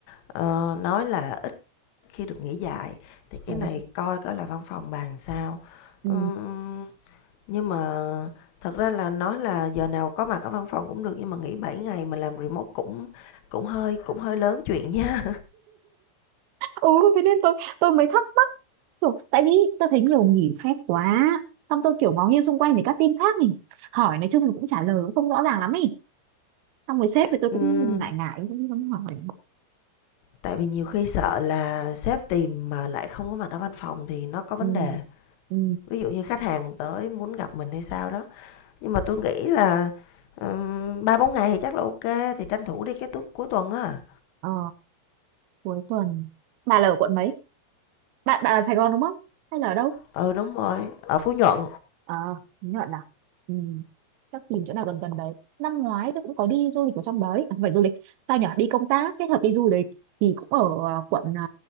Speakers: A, on the left; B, on the right.
A: ờ, nói là ít khi được nghỉ dài. Thì cái
B: Rồi.
A: này coi coi là văn phòng bàn sao.
B: Ừ.
A: Ừm, nhưng mà thật ra là nói là giờ nào có mặt ở văn phòng cũng được nhưng mà nghỉ 7 ngày mà làm remote cũng cũng hơi cũng hơi lớn chuyện nha.
B: ừ thế nên tôi tôi mới thắc mắc kiểu, tại vì tôi thấy nhiều nghỉ phép quá xong tôi kiểu ngó nghiêng xung quanh thì các team khác nhỉ hỏi nói chung là cũng trả lời cũng không rõ ràng lắm ý xong rồi sếp
A: <laughs>
B: thì tôi
A: Ừm,
B: cũng ngại ngại cũng không hỏi
A: Tại vì nhiều khi sợ là sếp tìm mà lại không có mặt ở văn phòng thì nó có vấn
B: ừ.
A: đề.
B: Ừ.
A: Ví dụ như khách hàng tới muốn gặp mình hay sao đó. Nhưng mà tôi nghĩ là ba 3-4 ngày thì chắc là ok, thì tranh thủ đi cái tu- cuối tuần á.
B: Ờ, cuối tuần bà là ở quận mấy bạn bạn là Sài Gòn đúng không hay là ở đâu
A: Ừ đúng rồi, ở Phú Nhuận,
B: À, Nhuận à? Ừ. Chắc tìm chỗ nào gần gần đấy. Năm ngoái tôi cũng có đi du lịch ở trong đấy. À, không phải du lịch. Sao nhỉ? Đi công tác kết hợp đi du lịch thì cũng ở à, quận à,